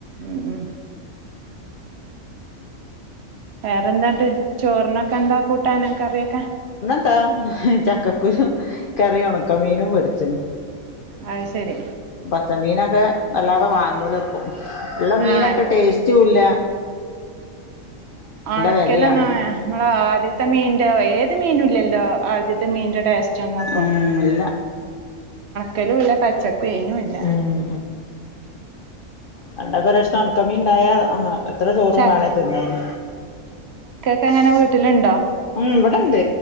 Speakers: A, on the right; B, on the left.
A: ഉം വേറെന്താ ട്ട് ചോറിനൊക്കെ എന്താ കു ട്ടാന് കറിയൊക്കെ?
B: ത്താ ചക്കക്കുരും കറി ഉണക്കമീനും പൊരിച്ച്ണ്.
A: അത് ശരി
B: ച്ച മീനൊക്കെ വല്ലാതെ വാങ്ങൂലപ്പം. ഇള്ള മീനെ
A: ആഹ്
B: ട്ടെ ടേസ്റ്റൂല്ല.
A: ഒണക്കെലൊന്നായ
B: വെലയാണ്
A: ഇങ്ങളാ ത്തെ മീന്റെ ഏത് മീനു ഇല്ലല്ലോ ആദ്യത്തെ മീന്റെ ടേസ്റ്റ ഒന്നു പ്പം.
B: ഉം ഇല്ല
A: കലൂ ഇല്ല പച്ച ക്ക്വെയ്നൂല്ല.
B: ഉം പണ്ടക്കൊരഷ്ണം ഒണക്കമീൻണ്ടായാ എത്ര ചോറും
A: ച
B: വേണേ തിന്നേനി.
A: ഇപ്പൊ എങ്ങനെ വീട്ടിലുണ്ടോ
B: ഉം ഇവിടെണ്ട്